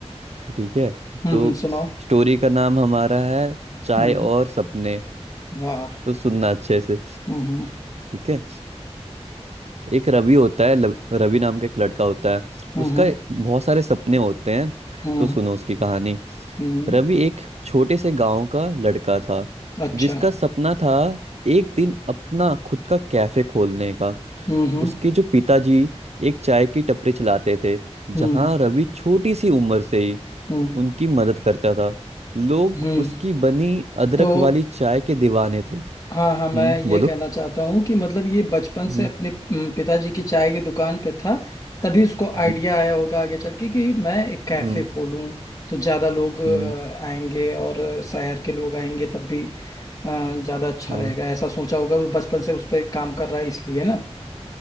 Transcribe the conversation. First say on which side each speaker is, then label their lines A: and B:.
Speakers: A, on the right; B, on the left.
A: ठीक है
B: हम्म
A: तो
B: हम्म सुनाओ
A: स्टोरी का नाम हमारा है चाय
B: हम्म
A: और सपने
B: वाह
A: तो सुनना अच्छे से
B: हम्म हम्म
A: ठीक है एक रवि होता है लव- रवि नाम का एक लड़का होता है
B: हम्म
A: उसका बहुत सारे सपने होते हैं
B: हम्म
A: तो
B: हम्म,
A: सुनो उसकी कहानी
B: हम्म,
A: रवि एक छोटे से गांव का लड़का था
B: अच्छा
A: जिसका सपना था एक दिन अपना खुद का कैफे खोलने का
B: हम्म हम्म
A: उसके जो पिताजी एक चाय की टपरी चलाते थे
B: हम्म
A: जहां रवि छोटी सी उम्र से ही
B: हम्म
A: उनकी मदद करता था लोग
B: हम्म,
A: उसकी बनी अदरक
B: तो
A: वाली चाय के दीवाने थे
B: हाँ
A: हम्म
B: हाँ मैं ये
A: बोलो
B: कहना चाहता हूँ कि मतलब ये बचपन
A: हम्म
B: से अपने अम, पिताजी की चाय की दुकान पे था तभी उसको
A: हम्म
B: आइडिया आया होगा आगे चल के कि मैं एक कैफे
A: हम्म
B: खोलूँ तो ज़्यादा लोग अ,
A: हम्म,
B: आएंगे और शहर के लोग आएंगे तब भी अ, ज़्यादा अच्छा
A: हाँ
B: रहेगा ऐसा सोचा होगा वो बचपन से उस पर काम कर रहा है इसलिए ना